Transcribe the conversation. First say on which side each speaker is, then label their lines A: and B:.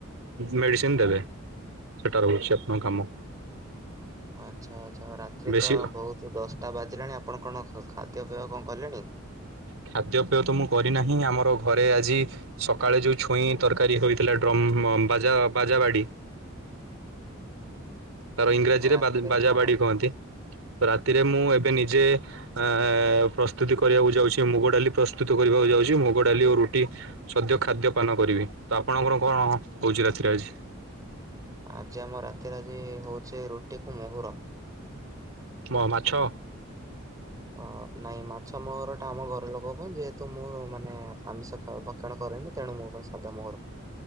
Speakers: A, on the right; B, on the right.
A: ମେଡ଼ିସିନ ଦେବେ। ସେଟା ରହୁ ଅଛି ଆପଣ କାମ।
B: ଆଚ୍ଛା ଆଛା ରାତି
A: ବେଶୀ
B: ତ ବହୁତ୍ ତୁ ଦଶଟା ବାଜିଲାଣି ଆପଣ କଣ ଖାଦ୍ୟପେୟ କଣ କଲେଣି?
A: ଖାଦ୍ୟପେୟ ତ ମୁଁ କରିନାହିଁ ଆମର ଘରେ ଆଜି ସକାଳେ ଯୋଉ ଛୁଇଁ ତରକାରୀ ହୋଇଥିଲା ଡ୍ରମ ବାଜା ବାଜା ବାଡି। ତାର ଇଂରାଜୀରେ
B: ଆଉ ରାତିରେ
A: ବା ବାଜା
B: କଣ
A: ବାଡି କୁହନ୍ତି ତ ରାତିରେ ମୁଁ ଏବେ ନିଜେ ଆ ପ୍ରସ୍ତୁତି କରିବାକୁ ଯାଉଛି ମୁଗ ଡାଲି ପ୍ରସ୍ତୁତୁ କରିବାକୁ ଯାଉଛି ମୁଗ ଡାଲି ଓ ରୁଟି। ସଦ୍ୟ ଖାଦ୍ୟପାନ କରିବି ତ ଆପଣଙ୍କର କଣ ହଉଛି ରାତିରେ ଆଜି
B: ଆଜି ଆମ ରାତିରେ ଆଜି ହଉଛି ରୁଟି କୁ ମହୁର।
A: ମ ମାଛ।
B: ଅ ନାଇଁ ମାଛ ମହରଟା ଆମ ଘର ଲୋକ ପାଇଁ ଯେହେତୁ ମୁଁ ମାନେ ଆମିଷ ତ ଭକ୍ଷଣ କରେନି ତେଣୁ ମୋ ପାଇଁ ସାଦା ମୋହର।